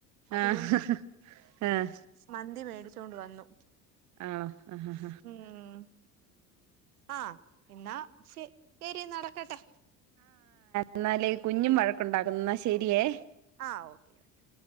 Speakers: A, on the right (about 70°); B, on the right (about 40°).
A: അതുകൊണ്ട്
B: ആഹ് ആഹ്
A: മന്തി മേ ടിച്ചൊണ്ട് വന്നു
B: ആണോ ആഹ് ആഹ്
A: ഉം ആ എന്നാ ശെ ശരി നടക്കട്ടെ
B: എന്നാലെ കുഞ്ഞും വഴക്കുണ്ടാക്കുന്നു ന്നാശരിയേ
A: ആ ഓക്കേ ഓക്കേ